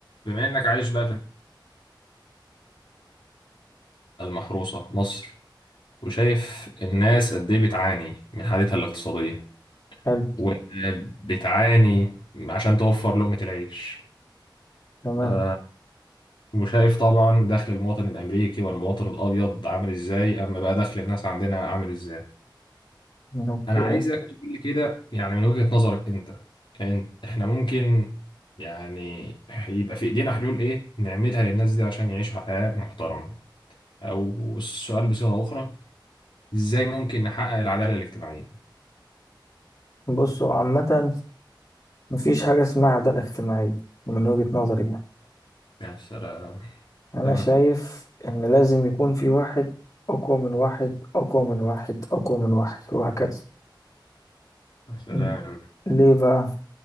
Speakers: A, on the left; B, on the left.
A: بما انك عايش بقى في المحروسة مصر وشايف الناس قد ايه بتعاني من حالتها الاقتصادية
B: حلو
A: وبتعاني عشان توفر لقمة العيش
B: تمام
A: آه، وشايف طبعا دخل المواطن الامريكي والمواطن الابيض عامل ازاي اما بقى دخل الناس عندنا عامل ازاي
B: اوكي
A: انا عايزك تقول لي كده يعني من وجهة نظرك انت إن- احنا ممكن يعني يبقى في ايدينا حلول ايه نعملها للناس دي عشان يعيشوا حياة محترمة او السؤال بصيغة اخرى ازاي ممكن نحقق العدالة الاجتماعية
B: بصوا عامة مفيش حاجة اسمها عدالة اجتماعية من وجهة نظري يعني
A: يا سلام
B: أنا
A: تمام
B: شايف إن لازم يكون في واحد أقوى من واحد أقوى من واحد أقوى من واحد وهكذا
A: يا سلام
B: م- ليه بقى؟